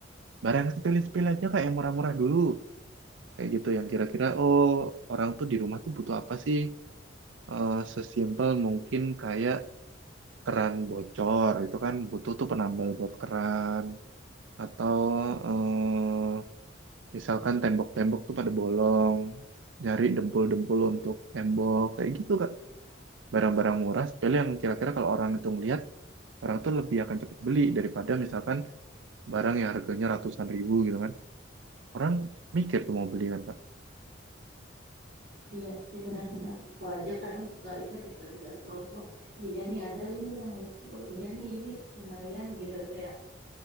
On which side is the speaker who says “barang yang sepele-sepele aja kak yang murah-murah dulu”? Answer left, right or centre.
Right